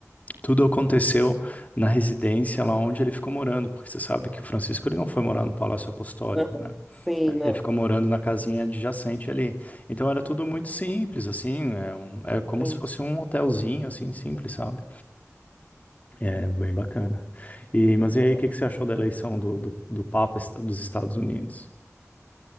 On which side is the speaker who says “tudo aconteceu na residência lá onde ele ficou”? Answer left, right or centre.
Left